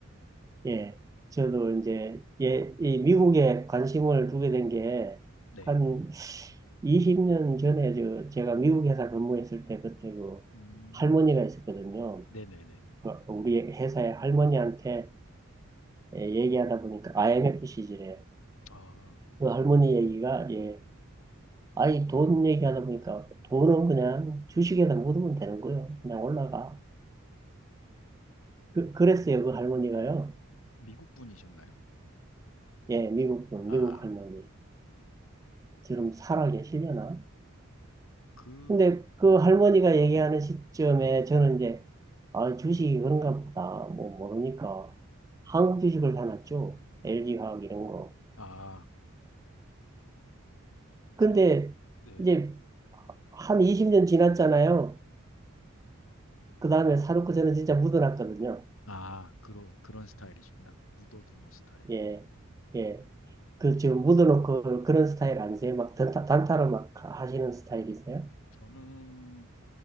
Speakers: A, on the right; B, on the left.
A: 예, 저도 이제 예, 이 미국에 관심을 두게 된 게
B: 네.
A: 한 20년 전에 저 제가 미국 회사 근무했을 때 그때 그
B: 음,
A: 할머니가 있었거든요.
B: 네네네.
A: 그 우리 회사의 할머니한테 예, 얘기하다 보니까 IMF 시절에
B: 아,
A: 그 할머니 얘기가 예, 아이 돈 얘기하다 보니까 돈은 그냥 주식에다 묻으면 되는 거예요. 그냥 올라가. 그, 그랬어요, 그 할머니가요.
B: 미국 분이셨나요?
A: 예, 미국 분,
B: 아,
A: 미국 할머니. 지금 살아 계시려나?
B: 그,
A: 근데 그 할머니가 얘기하는 시점에
B: 음,
A: 저는 이제, 아, 주식이 그런가 보다. 뭐, 모르니까. 한국 주식을 사놨죠. LG화학 이런 거.
B: 아,
A: 근데
B: 그래도, 네.
A: 이제 한 20년 지났잖아요. 그 다음에 사놓고 저는 진짜 묻어놨거든요.
B: 아, 그런, 그런 스타일이시구나. 묻어두는 스타일.
A: 예, 예. 그, 지금 묻어놓고 그런 스타일 아니세요? 막 단타, 단타로 막 하시는 스타일이세요?
B: 저는